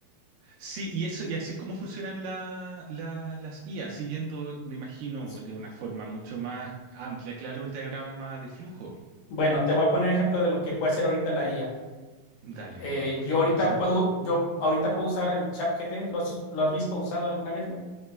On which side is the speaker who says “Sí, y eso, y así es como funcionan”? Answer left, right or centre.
Right